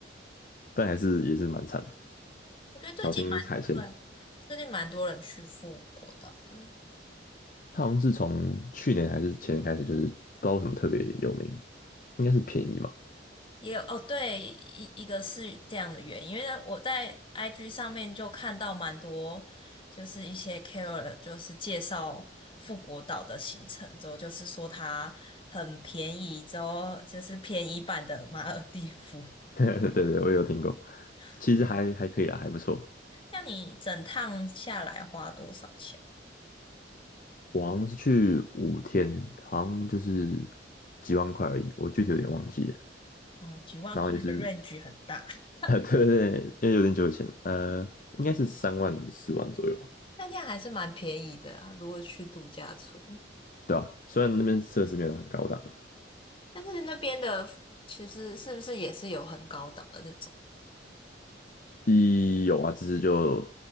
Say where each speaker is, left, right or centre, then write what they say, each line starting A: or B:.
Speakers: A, on the left; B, on the left.
A: 但还是也是蛮惨的。
B: 我觉得最近蛮对，
A: 小心海鲜的。
B: 最近蛮多人去富国岛的，
A: 它好像是从去年还是前年开始，就是不知道为什么特别有名，应该是便宜嘛。
B: 也有哦，对，一一个是这样的原因，因为我在 IG 上面就看到蛮多，就是一些 c KOL 就是介绍富国岛的行程，之后就是说它很便宜，之后就是便宜版的马尔地夫。
A: <laughs> 对对，我也有听过，
B: <laughs>
A: 其实还还可以啦，
B: 对，
A: 还不错。
B: 像你整趟下来花多少钱？
A: 我好像是去五天，好像就是几万块而已，我具体有点忘记了。
B: 嗯，几万块的
A: 然后也是，
B: range 很大。<laughs>
A: <laughs> 对对对，因为有点久以前呃，应该是三万四万左右吧，
B: 但这样还是蛮便宜的啊，如果去度假村。嗯
A: 对吧、虽然那边设施没有很高档，
B: 但是那边的其实是不是也是有很高档的那种？
A: 一有啊，只是就